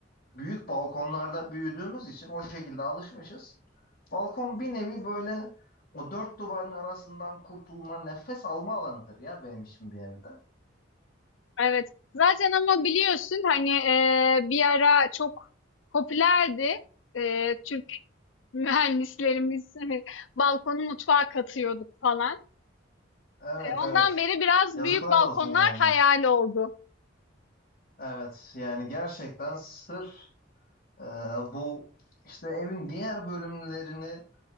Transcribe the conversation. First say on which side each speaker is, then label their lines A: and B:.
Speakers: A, on the left (about 50°); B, on the left (about 85°).
A: büyük balkonlarda büyüdüğümüz için o şekilde alışmışız. Balkon bir nevi böyle o dört duvarın arasından kurtulma, nefes alma alanıdır ya benim için bir evde.
B: Evet. Zaten ama biliyorsun hani e, bir ara çok popülerdi. E, Türk <laughs> mühendislerimiz hani balkonu mutfağa katıyorduk falan.
A: Evet
B: E, ondan
A: evet.
B: beri biraz
A: Yazıklar
B: büyük balkonlar
A: olsun yani.
B: hayal oldu.
A: Evet yani gerçekten sırf e, bu işte evin diğer bölümlerini